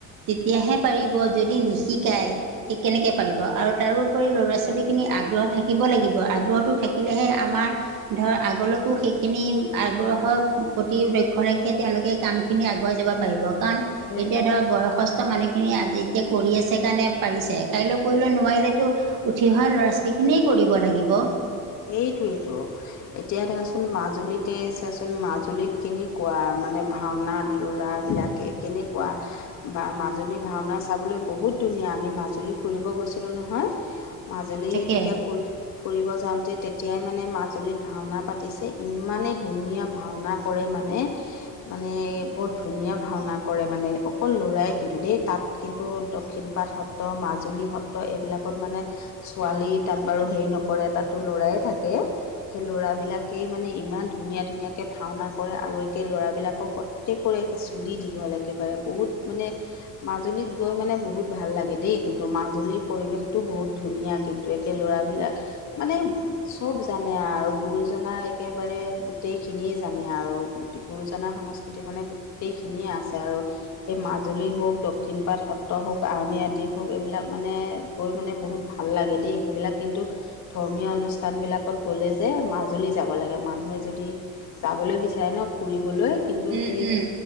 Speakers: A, on the right; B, on the left.
A: তেতিয়াহে পাৰিব যদি নিশিকায় - সি কেনেকে পাৰিব আৰু তাৰোপৰি ল'ৰা ছোৱালী খিনি আগ্ৰহ থাকিব লাগিব। আগ্ৰহটো থাকিলে'হে আমাৰ- ধৰ আগলৈকো সেইখিনি আগ্ৰহৰ প্ৰতি লক্ষ্য ৰাখিয়ে তেওঁলোকে কাম বহুত খিনি আগুৱাই যাব পাৰিব। কাৰণ
B: সেই
A: এতিয়া ধৰ বয়স- অসস্থ মানুহখিনিয়ে আজি এতিয়া কৰি আছে কাৰণে পাৰিছে কাইলৈ পৰিহিলৈ নোৱাৰিলেতো উঠি অহা ল'ৰা-ছোৱালী খিনিয়েই কৰিব লাগিব।
B: সেইটোৱেটো। এতিয়া ধৰাচোন মাজুলীতে চাচোন মাজুলীত কেনেকুৱা মানে ভাওনা দেউৰাবিলাক। কে কেনেকুৱা। বা মাজুলী ভাওনা চাবলৈ বহুত ধুনীয়া আমি মাজুলী ফুৰিব গৈছিলোঁ নহয়। মাজুলী
A: তাকে
B: তেতিয়া ফুৰি ফুৰিব যাম তে তেতিয়াই মানে মাজুলীত ভাওনা পাতিছে ইমানেই ধুনীয়া ভাওনা কৰে মানে- মানে বৰ ধুনীয়া ভাওনা কৰে মানে অকল ল'ৰাই কিন্তু দেই তাত কিন্তু দক্ষিণ পাট সত ত মাজুলী সত্ৰ এইবিলাকত মানে ছোৱালী তাত বাৰু হেৰি নকৰে তাত ট লৰাই থাকে সেই ল'ৰাবিলাকেই মানে ইমান ধুনীয়া ধুনীয়াকে ভাওনা কৰে আৰু একেই ল'ৰাবিলাকক কত টেকৰ একে চুলি দীঘল একেবাৰে বহুত মানে মাজুলীত গৈ মানে বহুত ভাল লাগে দেই কিন্তু মাজুলীৰ পৰিৱেশটো বহুত ধুনীয়া কিন- টো একে ল'ৰাবিলাক মানে চব জানে আৰ গুৰুজনাৰ একেবাৰে গোটেইখিনিয়ে জানে আৰু গুৰুজনাৰ সংস্কৃতি মানে গোটেইখিনিয়ে আছে আৰু। এই মাজুলী হওঁক, দক্ষিণ পাট সত্ৰ হওঁক, আউণীআটী হওঁক এইবিলাক মানে গৈ মানে বহুত ভাল লাগে দেই সেইবিলাক কিন্তু, ধৰ্মীয় অনুষ্ঠানবিলাকত গ'লে যে মাজুলী যাব লাগে মানুহে যদি যাবলৈ বিচাৰে ন ফুৰিবলৈ কিন্তু
A: উম
B: সেই
A: উম